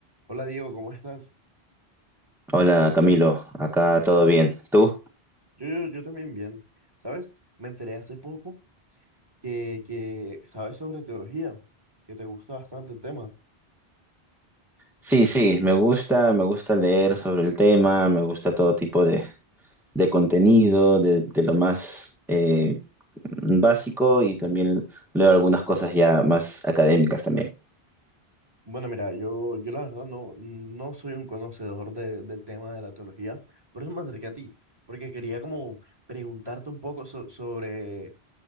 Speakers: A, on the right; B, in the centre.
A: Hola Diego, ¿cómo estás?
B: Hola Camilo, acá todo bien. ¿Tú?
A: Yo, yo, yo también bien. ¿Sabes? Me enteré hace poco que, que sabes sobre teología, que te gusta bastante el tema.
B: Sí, sí, me gusta, me gusta leer sobre el tema, me gusta todo tipo de, de contenido, de, de lo más eh, básico y también leo algunas cosas ya más académicas también.
A: Bueno, mira, yo, yo la verdad no, no soy un conocedor de- del tema de la teología, por eso me acerqué a ti, porque quería como preguntarte un poco so- sobre,